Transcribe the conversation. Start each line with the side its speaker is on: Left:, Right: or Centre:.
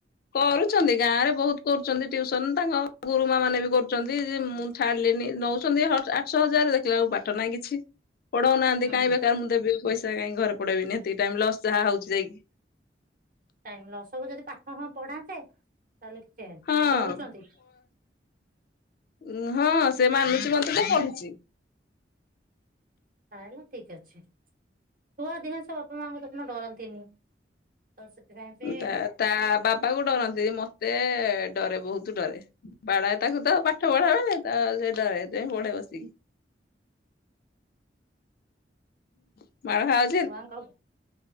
Left: କରୁଚନ୍ତି ଗାଁ ରେ ବହୁତ୍ କରୁଚନ୍ତି ଟିଉସନ୍ ତାଙ୍କ ଗୁରୁମା ମାନେ ବି କରୁଚନ୍ତି ଯେ ମୁଁ ଛାଡିଲିନି ନଉଚନ୍ତି ହ-ଆଠଶ ହଜାର୍ ଦେଖିଲାକୁ ପାଠ ନାହିଁ କିଛି। ପଢଉନାହାନ୍ତି
Right: ହୁଁ
Left: କାଇଁ ବେକାର୍ ମୁଁ ଦେବି ପଇସା କାଇଁ ଘରେ ପଢେଇବିନି ଏତିକି ଟାଇମ୍ ଲସ୍ ଯାହା ହଉଚି ଯାଇକି।
Right: ଟାଇମ୍ ଲସ୍ ଯଦି ପାଠ ହଁ ପଢାନ୍ତେ ତାହେଲେ <unintelligible>
Left: ହଁ
Right: -ଡରୁଚନ୍ତି?
Left: ଉଁ -ହଁ ସେ ମାନୁଚି ମତେ ତ ପଢୁଚି।
Right: ତାହେଲେ ଠିକ୍ ଅଛି ଛୁଆ <unintelligible> ବାପା ମାଆଙ୍କୁ ଦେଖୁନ ଡରନ୍ତିନି। ତ ସେଥିପାଇଁ ବି
Left: ତା ତା ବାବାକୁ ଡରନ୍ତିନି ମତେ ଡରେ ବହୁତୁ ଡରେ। ବାଡାଏ ତାକୁ ତ ପାଠ ପଢା ବେଳେ ତ ସେ ଡରେ। ସେ ପଢେ ବସିକି - ମାଡ ଖାଉ
Right: ଛୁଆଙ୍କ